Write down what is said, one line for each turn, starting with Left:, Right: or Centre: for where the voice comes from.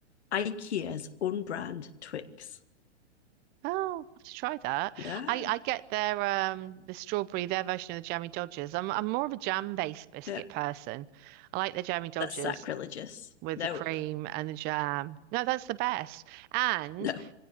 Left: IKEA's own brand Twix.
Right: Oh, I have to try that.
Left: Yeah,
Right: I, I get their um the strawberry, their version of the jammy Dodgers. I'm I'm more of a jam-based biscuit
Left: yeah,
Right: person. I like the jammy Dodgers
Left: that's sacrilegious.
Right: with
Left: Nope,
Right: the cream and the jam. No, that's the best. And
Left: no,